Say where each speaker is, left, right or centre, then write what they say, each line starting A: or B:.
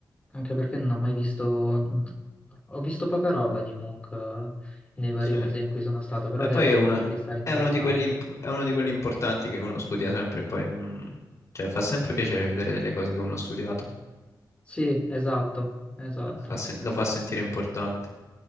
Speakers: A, on the left; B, on the left.
A: Anche perché non ho mai visto, mm, ho visto poca roba di Munch eh, nei vari
B: Sì.
A: musei
B: E
A: in cui sono stato, però deve
B: poi
A: essere
B: è uno,
A: un artista interessante.
B: è uno di quelli, imp- è uno di quelli importanti che uno studia sempre e poi non... Cioè, fa sempre piacere vedere le cose che uno ha studiato.
A: Sì, esatto, esatto.
B: Fa sen- lo fa sentire importante.